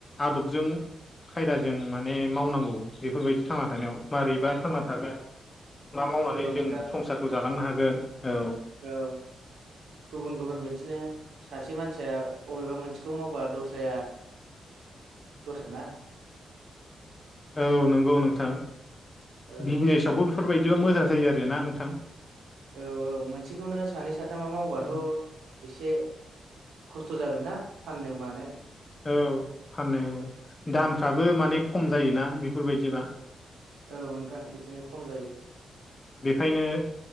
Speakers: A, on the left; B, on the right.
A: आदबजों खायदाजों माने मावनांगौ बेफोरबायदि थांना थानायाव मारैबा थांना थागोन मा मावनानै
B: औ
A: जों
B: नोंथां
A: संसारखौ जालांनो हागोन औ
B: औ गुबुन गुबुन बिदिनो सासे मानसिया अबेबा मोनसेखौ मावबा दस्राया दस्र ना
A: औ नंगौ नोंथां
B: औ
A: बिजनेसावबो बे फोरबायायदिबा मोजां जायो आरोना नोंथां?
B: औ औ मोनसेखौनो सानै साथामा मावबाथ'
A: औ
B: एसे खस्थ' जागोन ना फाननो मानो
A: औ फाननाय औ दामफ्राबो माने खम जायोना बेफोरबायदिबा।
B: औ नोंथां बिदिनो खम जायो।
A: बेखायनो